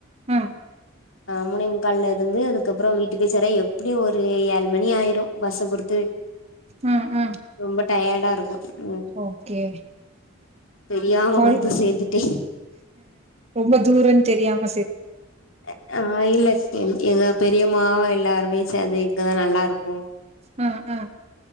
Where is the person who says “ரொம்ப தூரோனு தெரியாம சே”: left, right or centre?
Right